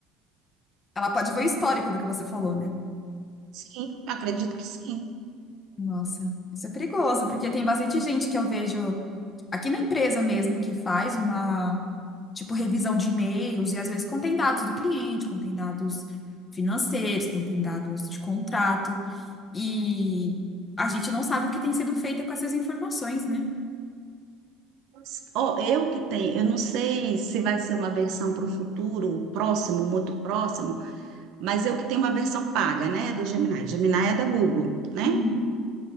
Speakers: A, on the left; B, on the right.
A: Ela pode
B: Sim,
A: ver o histórico do que você falou, né?
B: Sim, acredito que sim.
A: Nossa, isso é perigoso, porque tem bastante gente que eu vejo aqui na empresa mesmo que faz uma, tipo, revisão de e-mails e às vezes contém dados do cliente, contém dados financeiros, contém dados de contrato e a gente não sabe o que tem sido feito com essas informações, né?
B: Mas, Ó, eu que tenho, eu não sei se vai ser uma versão para o futuro próximo, muito próximo mas eu que tenho uma versão paga, né, do Gemini. Gemini é da Google, né?
A: Uhum.